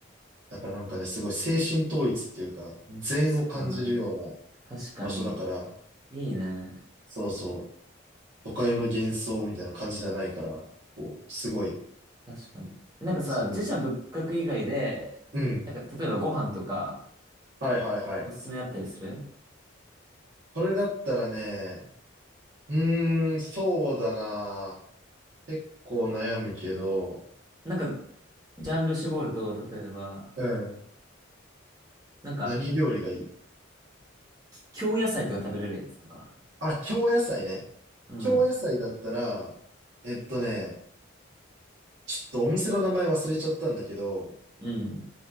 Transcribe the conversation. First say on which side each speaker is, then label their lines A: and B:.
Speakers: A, on the right; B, on the right.
A: だからなんかね、すごい精神統一っていうか、禅を感じるような
B: そうだね。確かに。
A: 場所だから、
B: いいね。
A: そうそう、都会の幻想みたいな感じではないから、こう、すごい、
B: 確かに。なんかさ、
A: そう、
B: 自社仏閣以外で、
A: うん。
B: なんか例えばご飯とか
A: はいはいはい。
B: おすすめあったりする
A: それだったらね、うーん、そうだな。結構悩むけど、
B: なんかジャンル絞ると、例えば、
A: うん。
B: なんか
A: 何料理がいい
B: 京野菜とか食べれるやつとか。
A: あ、京野菜ね。
B: うん。
A: 京野菜だったら、えっとね、ちょっとお店の名前忘れちゃったんだけど、
B: うん。